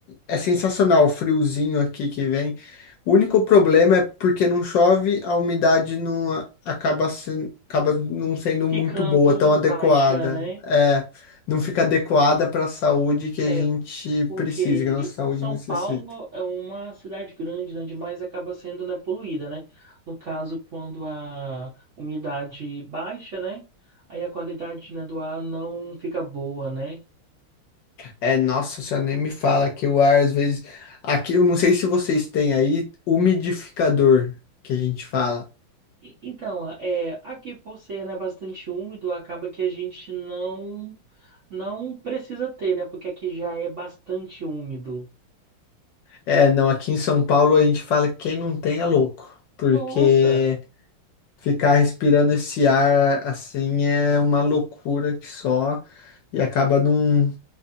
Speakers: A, on the left; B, on the right.
A: é sensacional o friozinho aqui que vem. O único problema é porque não chove, a umidade não a- acaba, sen- acaba não sendo
B: ficando
A: muito boa, tão adequada.
B: baixa, né?
A: É, não fica adequada para a saúde que a
B: É,
A: gente
B: porque
A: precisa, que a nossa saúde
B: São
A: necessita.
B: Paulo é uma cidade grande, né? Demais acaba sendo, né, poluída, né? No caso, quando a umidade baixa, né? Aí a qualidade, né, do ar não fica boa, né?
A: É, nossa senhora, nem me fala que o ar às vezes. Aqui, eu não sei se vocês têm aí umidificador, que a gente fala.
B: E- Então, é, aqui por ser, né, bastante úmido, acaba que a gente não não precisa ter, né? Porque aqui já é bastante úmido.
A: É, não, aqui em São Paulo a gente fala que quem não tem é louco, porque
B: Nossa!
A: ficar respirando esse ar assim é uma loucura que só e acaba não,